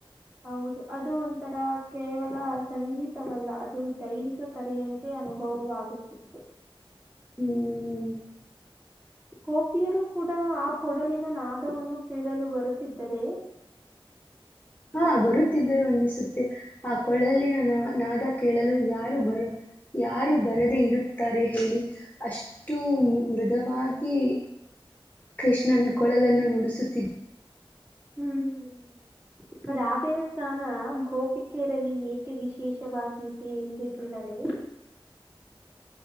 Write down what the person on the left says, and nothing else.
ಹ್ಮ್....
ಹಾ ಬರುತ್ತಿದ್ದರು ಅನ್ನಿಸುತ್ತೆ ಆ ಕೊೊಳ್ಳಲ್ಲಿಿನ ನ ನಾದ ಕೇಳಲು ಯಾರು ಬರು ಯಾರು ಬರದೆೇ ಇರುತ್ತಾರೆ ಹೇಳಿ ಅಷ್ಟು ಮೃದವಾಗಿ ಕೃಷ್ಣನ್ ಕೊಳಲನ್ನು ನುಡಿಸುತ್ತಿದ್ದ